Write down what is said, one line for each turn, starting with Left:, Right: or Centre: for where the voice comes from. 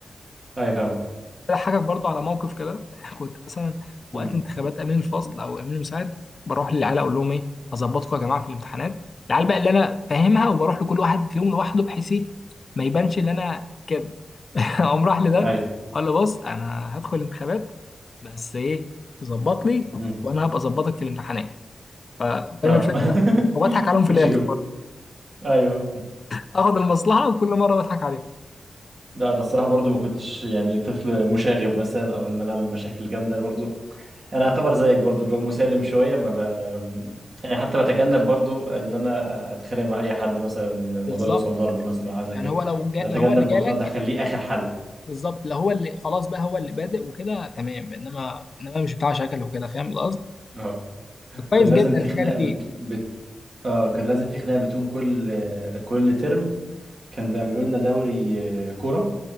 Right: ايوه فاهمك
Left: هضحكك برضو على موقف كده <laughs> كنت مثلا وقت
Right: امم
Left: انتخابات امين الفصل او امين المساعد بروح للعيال اقول لهم ايه هظبطكم يا جماعه في الامتحانات العيال بقى اللي انا فاهمها وبروح لكل واحد فيهم لوحده بحيث ايه ما يبانش ان انا كده <laughs> اقوم راح لده
Right: ايوه
Left: اقول له بص انا هدخل الانتخابات بس ايه تظبط لي
Right: امم
Left: وانا هبقى اظبطك في الامتحانات ف- فاهم
Right: اه
Left: الفكره
Right: <laughs>
Left: وبضحك عليهم في
Right: ترشيهم
Left: الاخر برضه.
Right: ايوه
Left: <laughs> اخد المصلحه وكل مره بضحك عليهم
Right: لا انا الصراحه برضو ما كنتش يعني طفل مشاغب مثلا او ان انا اعمل مشاكل جامده برضو انا اعتبر زيك برضو اللي هو مسالم شويه ما ب... يعني حتى بتجنب برضو ان انا اتخانق مع اي حد مثلا الموضوع
Left: بالظبط
Right: يوصل ضرب مثلا او حاجه زي
Left: يعني
Right: كده
Left: هو لو جا...
Right: بتجنب
Left: لو هو اللي
Right: الموضوع
Left: جالك
Right: ده اخليه اخر حل
Left: بالظبط لو هو اللي خلاص بقى هو اللي بادئ وكده تمام انما انما مش بتاع شكل وكده فاهم القصد
Right: اه
Left: كويس
Right: وكان لازم
Left: جدا
Right: في
Left: الحاجه
Right: خناقة
Left: دي
Right: بت...
Left: فيك
Right: بت... اه كان لازم في خناقة بتقوم كل كل ترم كانوا بيعملوا لنا دوري آه، كورة